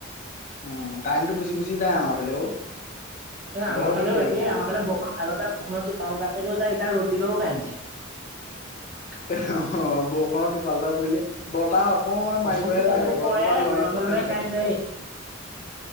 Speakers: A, on the left; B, on the right.
A: উম কাইনটো গুচি গুচি যায় আমাৰ ফালে অ
B: এ আমাৰ
A: বৰ
B: ফালেও
A: দিগদাৰি
B: একেই
A: কাৰেণ্টটো।
B: আমাৰ ফালে বৰষত হাল এ <unintelligible> কখোতো পাল তটাপাললেও যায় তাৰ ৰ'দ দিলেও কন যায় <unintelligible>
A: অ বৰষুণৰ টোপাল এটা পৰিলে বতাহ অকমান
B: প্ৰথম
A: মাৰিবহে
B: টোপালটো
A: লাগে
B: পৰে
A: গছজোপা লয়
B: লগে
A: কি
B: লগে
A: নলয়ে
B: কাৰেণ্ট যায়েই।